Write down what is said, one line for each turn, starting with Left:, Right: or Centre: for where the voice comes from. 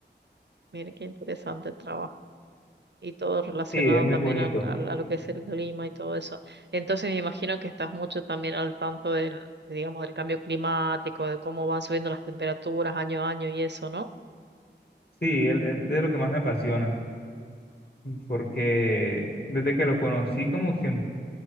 Right: mira, qué interesante el trabajo. y todo relacionado
Left: sí, es muy
Right: también
Left: bonito.
Right: al- al- a, lo que es el clima y todo eso. Entonces me imagino que estás mucho también al tanto del, digamos, del cambio climático, de cómo van subiendo las temperaturas año a año y eso, ¿no?
Left: Sí, el- el- de lo que más me apasiona, porque desde que lo conocí como que